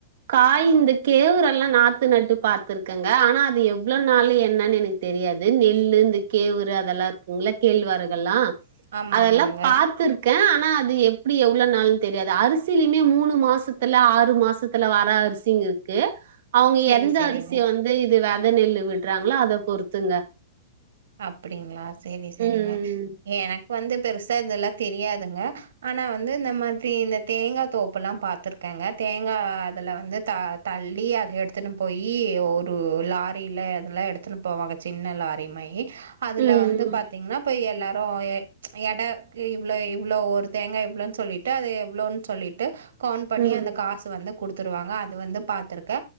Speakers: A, on the right; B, on the right.
A: காய் இந்த கேவுரெல்லா நாத்து நட்டு பாத்துருக்கங்க ஆனா அது எவ்ளோ நாளு என்னன்னு எனக்கு தெரியாது நெல்லு இந்த கேவுரு அதெல்லா இருக்குங்ல கேழ்வரகெல்லா
B: ஆமா
A: அதெல்லா
B: ஆமாங்க
A: பாத்துருக் கே ஆனா அது எப்டி எவ்ளோ நாளுன் தெரியாது அரிசிலுமே மூணு மாசத்துல ஆறு மாசத் துல வர அரிசிங்க இருக்கு அவங்க
B: செரி
A: எந்த
B: செரிங்க
A: அரிசிய வந்து இது வெ த நெல்லு விடறாங்ளோ அத பொறுத்துங்க
B: அப்பிடிங்ளா செரி செரிங்க
A: ம்,
B: எனக் வந்து பெருசா இதெல்லா தெரியாதுங்க ஆனா வந்து இந்த மாதிரி இந்த தேங்கா தோப்பெல்லா பாத்துருக்கங்க தேங்கா அதுல வந்து த தள்ளி அத எடுத்துனு போயி ஒரு லாரியில இதெல்லா எடுத்துனு போவாங்க சின்ன லாரி மாரி அதுல
A: ம், ம்,
B: வந்து பாத்திங்னா இப்ப எல்லார் ஒ எ எட இவ்ளோ இவ்ளோ ஒரு தேங்கா இவ்ளோன் சொல்லிட்டு அது எவ்ளோன் சொல்லிட்டு கவுன் பண்ணி
A: ம், ம்.
B: அந்த காச வந்து குடுத் துருவாங்க அது வந்து பாத்துருக்க